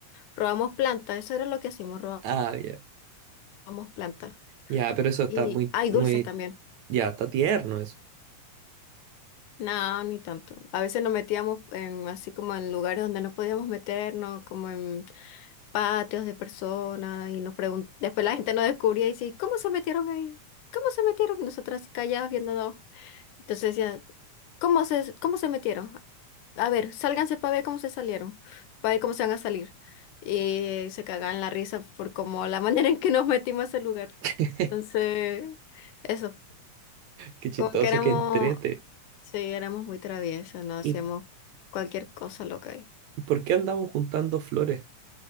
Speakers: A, on the left; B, on the right.
A: robamos plantas, eso era lo que hacíamos,
B: Ah, ya.
A: robamos plantas.
B: Ya, pero eso está
A: Y
B: muy,
A: hay
B: muy,
A: dulces también.
B: ya, está tierno eso.
A: No, ni tanto. A veces nos metíamos en, así como en lugares donde no podíamos meternos, como en patios de personas, y nos pregun- después la gente nos descubría y decía, ¿cómo se metieron ahí? ¿Cómo se metieron? Y nosotras así calladas viéndonos. Entonces decía, ¿cómo se, cómo se metieron? A ver, sálganse para ver cómo se salieron, para ver cómo se van a salir. Y se cagaban la risa por como la <laughs> manera en que nos metimos a ese lugar.
B: <laughs>
A: Entonces, eso,
B: Qué chistoso,
A: como que éramos
B: qué entrete.
A: Sí, éramos muy traviesas, no hacíamos
B: ¿Y
A: cualquier cosa loca ahí.
B: por qué andamos juntando flores?